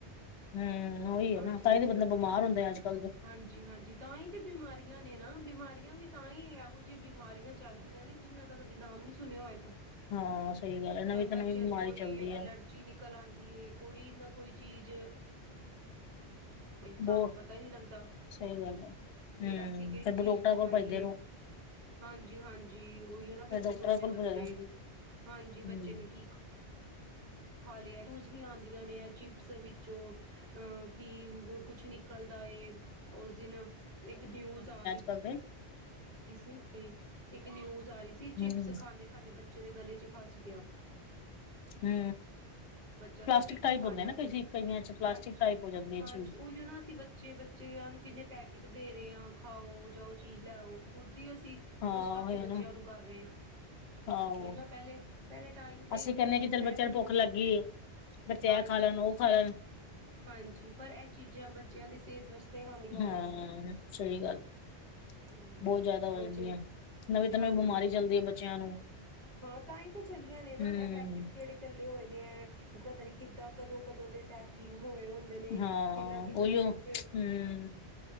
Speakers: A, on the left; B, on the right.
A: ਹੂੰ ਉਹੀ ਹੈ
B: ਆ
A: ਨਾ
B: ਜਿਵੇਂ
A: ਤਾਂ ਹੀ ਤੇ
B: ਜੇ
A: ਬੰਦਾ ਬਿਮਾਰ ਹੁੰਦਾ ਅੱਜ ਕੱਲ ਦੇ
B: ਹਾਂਜੀ-ਹਾਂਜੀ ਤਾਂ ਈ ਤੇ ਬਿਮਾਰੀਆਂ ਨੇ ਨਾ, ਬਿਮਾਰੀਆਂ ਵੀ ਤਾਂ ਈ ਏਹੋ ਜੀ ਬਿਮਾਰੀਆਂ ਚੱਲ ਰਹੀਆਂ ਨੇ ਜਿਹਨਾਂ ਦਾ ਕਦੇ ਨਾਮ ਨੀ ਸੁਨਆ ਹੋਏਗਾ।
A: ਹਾਂ ਸਹੀ ਗੱਲ ਹੈ ਨਵੀਂ
B: ਕਰ
A: ਤੋਂ
B: ਬੱਚਿਆਂ
A: ਨਵੀਂ ਬਿਮਾਰੀ
B: ਨੂੰ ਕੋਈ
A: ਚੱਲਦੀ
B: ਅਲਰਜੀ
A: ਹੈ
B: ਨਿਕਲ ਆਂਦੀ ਏ ਕੋਈ ਨਾ ਕੋਈ ਚੀਜ਼ ਤੇ ਸਾਨੂੰ
A: ਬਹੁ
B: ਪਤਾ ਈ ਨਿ ਲੱਗਦਾ
A: ਸਹੀ ਗੱਲ ਹੈ ਹੂੰ
B: ਵੀ ਅਸੀਂ ਕੇੜੀ
A: ਫਿਰ ਡਾਕਟਰਾਂ
B: ਚੀਜ਼ ਖਵਾਈਏ।
A: ਕੋਲ ਭੱਜਦੇ ਰਹੋ
B: ਹਾਂਜੀ-ਹਾਂਜੀ ਓਇਓ ਨਾ ਫਿਰ ਅਸੀਂ
A: ਡਾਕਟਰਾਂ
B: ਸੋਚਦੇ
A: ਕੋਲ
B: ਆਂ ਬੱਚੇ
A: ਭੱਜਦੇ ਰਹੋ
B: ਹਾਂਜੀ
A: ਹੂੰ
B: ਬੱਚੇ ਨੇ ਕੀ ਖਾ ਲਿਆ ਚੁਸਨੀਆਂ ਆਂਦੀਆਂ ਨੇ ਚਿਪਸ ਵਿੱਚੋਂ ਅ ਕੀ ਕੁਛ ਨਿ ਕਲਦਾ ਏ ਉਸ ਦਿਨ ਇੱਕ ਨਿਊਜ ਆ ਰੀ
A: ਕਰਦੇ
B: ਰੀ ਸੀ ਕਿ ਇੱਕ ਨਿਊਜ ਆ ਰੀ ਸੀ
A: ਹੂੰ
B: ਚਿਪਸ ਖਾਂਦੇ-ਖਾਂਦੇ ਬੱਚੇ ਦੇ ਗਲੇ 'ਚ ਫਸ ਗਆ।
A: ਹੂੰ।
B: ਬੱਚਾ ਸੀ
A: ਪਲਾਸਟਿਕ
B: ਚਿਪਸ
A: ਟਾਈਪ
B: ਖਾ
A: ਹੁੰਦੇ
B: ਰਿਹਾ
A: ਨਾ
B: ਸੀ,
A: ਕਈ ਕਈਆਂ ਚ ਪਲਾਸਟਿਕ
B: ਹਾਂਜੀ,
A: ਟਾਈਪ ਹੋ ਜਾਂਦੀ ਹੈ
B: ਹਾਂਜੀ
A: ਚੀਜ਼
B: ਓਇਓ ਨਾ ਅਸੀ ਬੱਚੇ ਚੇਆਂ ਨੂੰ ਕਿੰਨੇ ਪੈਕੇਟ ਦੇ ਰੇ ਆ ਖਾਓ, ਜਾਓ ਚੀਜ਼ ਲੈ ਆਓ। ਖੁਦ ਈ ਅਸੀਂ
A: ਹਾਂ
B: ਓਸ ਪਾਸੇ
A: ਉਹੀ ਹੈ ਨਾ
B: ਬੱਚਿਆਂ ਨੂੰ ਕਰ ਰੇ ਆਂ।
A: ਆਹੋ
B: ਓਈ ਨਾ ਪਹਿਲੇ, ਪਹਿਲੇ ਟਾਈਮ ਤੇ
A: ਅਸੀਂ
B: ਇੰਨੇ
A: ਕਹਿੰਦੇ ਕਿ ਚੱਲ ਬੱਚਿਆਂ
B: ਐ ਵੀ
A: ਨੂੰ
B: ਨੀ
A: ਭੁੱਖ
B: ਹੁੰਦੇ
A: ਲੱਗੀ ਏ ਬੱਚੇ
B: ਹਾਂਜੀ
A: ਐ ਖਾ ਲੈਨ ਓ
B: ਜੀ
A: ਖਾ ਲੈਨ।
B: ਹਾਂਜੀ ਪਰ ਐ ਚੀਜ਼ਾਂ ਬੱਚਿਆਂ ਦੀ ਸੇਤ ਵਾਸਤੇ ਹਾਨੀਕਾਰਕ
A: ਹਾਂ,
B: ਹੈ ਨਾ
A: ਸਹੀ ਗੱਲ ਏ।
B: ਹਾਂਜੀ
A: ਬੋਤ ਜਾਦਾ ਹੋ
B: ਬੱਚੇ
A: ਜਾਂਦੀਆਂ, ਨਵੀਂ ਤੋਂ
B: ਹਾਂਜੀ
A: ਨਵੀਂ ਬਿਮਾਰੀ
B: ਹਾਂ
A: ਚੱਲਦੀ ਏ ਬੱਚਿਆਂ ਨੂੰ।
B: ਹਾਂ ਤਾਂ ਈ ਤੇ ਚੱਲੀਆਂ ਨੇ ਨਾ
A: ਹੂੰ
B: ਐ ਪੈਕਟ ਜੇੜੇ ਚੱਲੇ ਹੋਏ ਨੇ ਐ ਪਤਾ ਨੀ ਕਿੱਦਾਂ ਕਦੋਂ-ਕਦੋਂ ਦੇ ਪੈਕਿੰਗ ਹੋਏ ਹੋਨ ਦੇ ਨੇ
A: ਹਾਂ
B: ਕਿੰਨਾ-ਕਿੰਨਾ
A: ਉਹੀਓ
B: ਦੇ
A: ਹੂੰ
B: 'ਚ